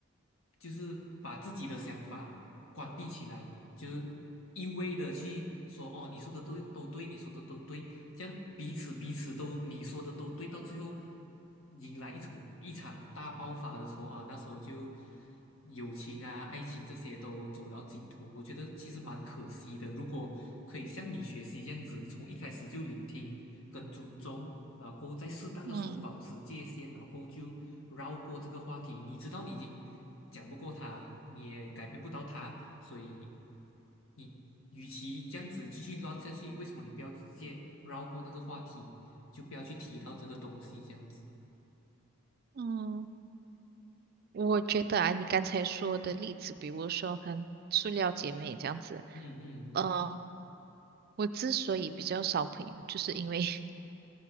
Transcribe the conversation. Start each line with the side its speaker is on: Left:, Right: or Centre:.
Left: 就是把自己的想法关闭起来，就是一味的去说哦，你说的都都对，你说的都对，这样彼此彼此都你说的都对，到最后迎来一场一场大爆发的时候啊，那时候就。友情啊、爱情这些都走到尽头，我觉得其实蛮可惜的。如果可以像你学习这样子，从一开始就聆听跟尊重，老公，在适当的时候保持界限，
Right: 嗯
Left: 老公就绕过这个话题。你知道你已经讲不过他，你也改变不到他，所以你与其这样子继续乱下去，为什么你不要直接绕过那个话题，就不要去提到这个东西这样子？
Right: 嗯。我觉得啊，你刚才说的例子，比如说很塑料姐妹这样子，
Left: 嗯嗯
Right: 呃，我之所以比较少朋友，就是因为 <laughs>